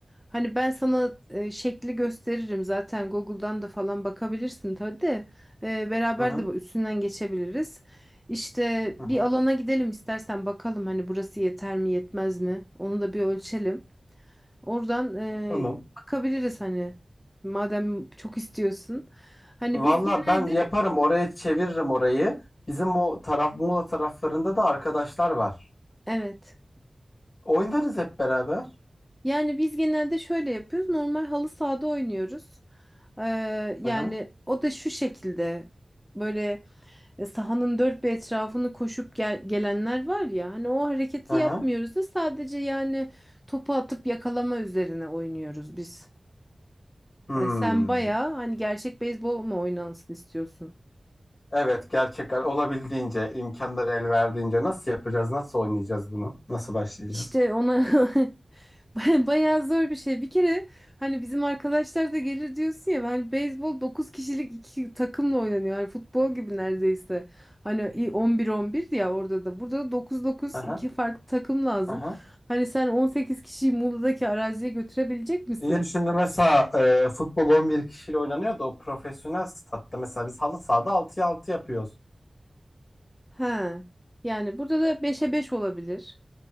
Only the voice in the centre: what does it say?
hani ben sana e, şekli gösteririm zaten Google'dan da falan bakabilirsin tabii de Ee, beraber
de bu üstünden geçebiliriz. İşte
bir
alana gidelim istersen bakalım hani burası yeter mi yetmez mi onu da bir ölçelim. Oradan e,
bakabiliriz hani madem çok istiyorsun. Hani
biz genelde
evet
yani biz genelde şöyle yapıyoruz normal halı sahada oynuyoruz. Ee,
yani
o da şu şekilde böyle. E, sahanın dört bir etrafını koşup gel- gelenler var ya hani o hareketi
yapmıyoruz da sadece yani topu atıp yakalama üzerine oynuyoruz biz.
Hani sen bayağı hani gerçek beyzbol mu oynansın istiyorsun?
İşte ona <laughs> baya- bayağı zor bir şey. Bir kere hani bizim arkadaşlar da gelir diyorsun ya hani beyzbol 9 kişilik iki takımla oynanıyor. Hani futbol gibi neredeyse. Hani i- on bir on bir ya orada da. Burada da dokuz 9
iki farklı takım lazım.
Hani sen 18 kişiyi Muğla'daki araziye götürebilecek misin?
Ha. Yani burada da beşe 5 olabilir.